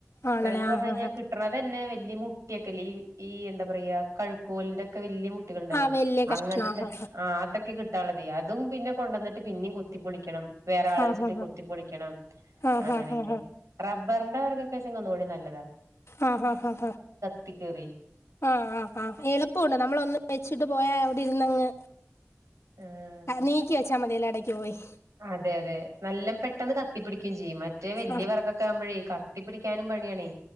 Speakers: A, on the left; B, on the right.
A: ആണല്ലേ
B: വിറക് പറഞ്ഞു
A: ആഹ്
B: കഴിഞ്ഞാൽ
A: ആഹ്
B: കിട്ടണത് തന്നെ വലിയ കുറ്റിക്കെല്ലീ ഈ എന്താ പറയ്യ കഴ്ക്കോലിന്റെ ഒക്കെ വല്യ ണ്ടല്ലോ
A: ആഹ് വലിയ
B: അങ്ങനത്തെ
A: കഷ്ണം ആഹ്
B: ആ അതൊക്കെ കിട്ടാനുള്ളത് അതും പിന്നെ കൊണ്ട് വന്നിട്ട് പിന്നെയും കൊത്തിപ്പൊളിക്കണം വേറെ ആളെ
A: ആഹ്
B: വെച്ചിട്ട് കൊത്തിപ്പൊളിക്കണം
A: ആഹ്
B: അങ്ങനെയൊക്കെ
A: ആഹ് ആഹ് ആഹ്
B: റബ്ബറിന്റെ വിറക് അത്യാവശ്യം ഒന്നുകൂടിനല്ലതാ
A: ആ ഹഹ ഹാ
B: ത്തി കേറി
A: ആ ആ ആ എളുപ്പവുണ്ട് നമ്മള് ഒന്ന് വെച്ചിട്ട് പോയാ ഇരുന്നങ്
B: ആഹ്
A: നീക്കി വെച്ചാ മതില <unintelligible>
B: അതെ അതെ നല്ല പെട്ടെന്ന് കത്തിപ്പിടിക്കയും ചെയ്യും മറ്റേ വലിയ
A: ആഹ്
B: വിറക്കൊക്കെ ആവുമ്പോഴേ കത്തിപിടിക്ക് നും പണിയാണെ